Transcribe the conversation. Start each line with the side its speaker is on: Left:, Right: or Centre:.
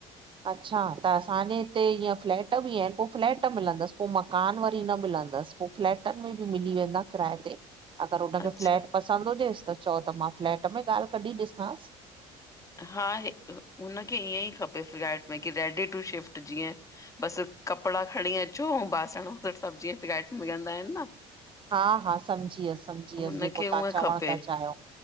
Right: अच्छा त असांजे हिते ईअं फ्लैट बि आइन पो फ्लैट मिलंदस पो मकान वरी न मिलंदस! पो फ्लैटन में बि मिली वेंदा किराए ते! अगर हुनखे
Left: अच्छा
Right: फ्लैट पसंद हुजेस त चओ त मां फ्लैट में ॻाल कढी ॾिसांस!
Left: हा हे हुनखे ईअं ई खपे फ्लैट में की रेडी टू शिफ्ट जीअं! बस कपिड़ा खणी अचो अऊं बासण फिर सब जीअं फ्लैट में वेंदा आइन न!
Right: हा हा सम्झी वियस सम्झी वियस
Left: हुनखे
Right: जेको तव्हां
Left: हूअं
Right: चवण
Left: खपे
Right: ता चायो!